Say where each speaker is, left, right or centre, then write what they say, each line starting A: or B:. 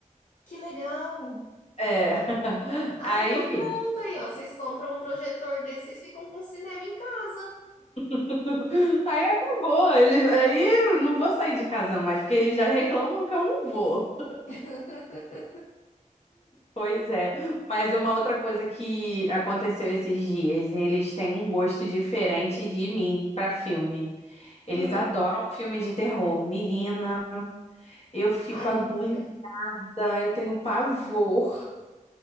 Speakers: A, on the left; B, on the left.
A: Que legal!
B: É. <laughs>
A: Ah,
B: Aí,
A: então
B: enfim.
A: pronto aí, ó. Vocês compram um projetor desses e ficam com cinema em casa.
B: <laughs> Aí acabou. Ele, aí eu não vou sair de casa mais, porque eles já reclamam que eu não vou.
A: <laughs>
B: Pois é, mas uma outra coisa que aconteceu esses dias, eles têm um gosto diferente de mim pra filme. Eles
A: Ah.
B: adoram filme de terror. Menina, eu fico
A: Ai,
B: agoniada,
A: grande
B: eu tenho pavor,